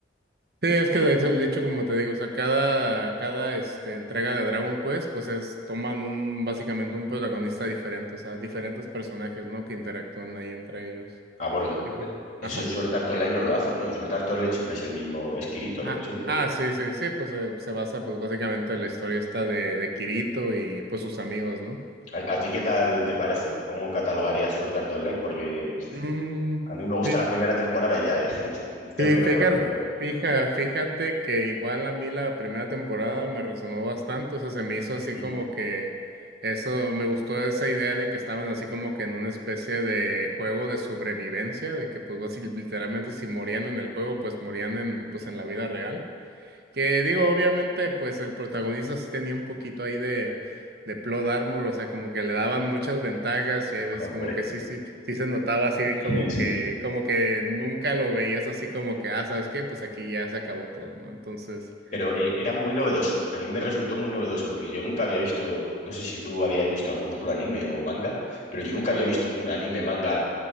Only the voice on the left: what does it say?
Ah, bueno,
eso
en Sword Art Online no lo hacen, ¿no? En Sword Art Online siempre es el mismo esquirito,
¿no? Siempre.
¿A, a ti qué tal te parece? ¿Cómo catalogarías Sword Art Online? Porque
a mí me gusta
la primera temporada y ya, ¿eh? <laughs> Tengo
que
reconocértelo.
Mm,
mm,
Hombre.
Sí,
sí.
Pero eh,
era muy novedoso. A mí me resultó muy novedoso porque yo nunca había visto, no sé si tú habías visto algún otro anime o manga, pero yo nunca había visto un anime manga